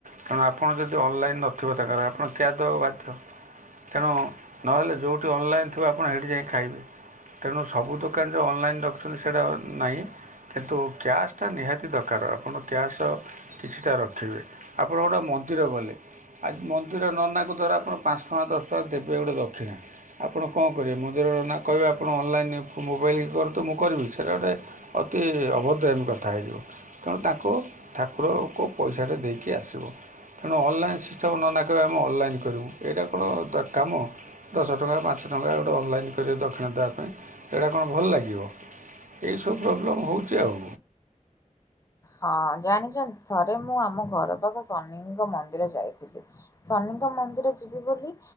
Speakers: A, on the right; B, on the left.
A: ତେଣୁ ଆପଣ ଯଦି ଅନଲାଇନ୍ ନଥିବ ତାଙ୍କର ଆପଣ କ୍ୟାଆ ଦେବ ବାଧ୍ୟ। ତେଣୁ ନହେଲେ ଯେଉଁଠି ଅନଲାଇନ୍ ଥିବ ଆପଣ ସେଇଠି ଯାଇ ଖାଇବେ। ତେଣୁ ସବୁ ଦୋକାନ ଯେଉଁ ଅନଲାଇନ ରଖୁଛନ୍ତି ସେଇଟା ନାହିଁ କିନ୍ତୁ। କ୍ୟାସ୍ଟା ନିହାତି ଦରକାର ଆପଣ କ୍ୟାସ୍ କିଛିଟା ରଖିବେ ଆପଣ ଗୋଟେ ମନ୍ଦିର ଗଲେ। ଆଜି ମନ୍ଦିର ନନାକୁ ଧର ଆପଣ ପାଞ୍ଚ ଟଙ୍କା ଦଶ ଟଙ୍କା ଦେବେ ଗୋଟେ ଦକ୍ଷିଣା। ଆପଣ କଣ କରିବେ ମୋନ୍ଦିର ନା କହିବେ ଆପଣ ଅନଲାଇନ୍ ମୋବାଇଲ କରନ୍ତୁ ମୁଁ କରିବି ସେଇଟା ଗୋଟେ ଅ ଅବଧ ଏମି କଥା ହେଇଯିବ ତେଣୁ ତାଙ୍କୁ ଠାକୁରଙ୍କୁ ପଇସା ଟା ଦେଇକି ଆସିବ। ତେଣୁ ଅନଲାଇନ୍ ସିଷ୍ଟମ୍ ନନା କହିବ ଆମେ ଅନଲାଇନ୍ କରିବୁ ଏଇଟା କଣ କାମ। ଦଶ ଟଙ୍କା ପାଞ୍ଚ ଟଙ୍କା ଗୋଟେ ଅନଲାଇନ୍ କର ଦକ୍ଷିଣା ଦେବା ପାଇଁ ଏଇଟା କଣ ଭଲ ଲାଗିବ। ଏଇସବୁ ପ୍ରୋବ୍ଲେମ୍ ହଉଛି ଆଉ।
B: ହଁ ଜାଣିଛନ୍ତି ଥରେ ମୁଁ ଆମ ଘର ପାଖ ଶନିଙ୍କ ମନ୍ଦିର ଯାଇଥିଲି। ଶନିଙ୍କ ମନ୍ଦିର ଯିବି ବୋଲି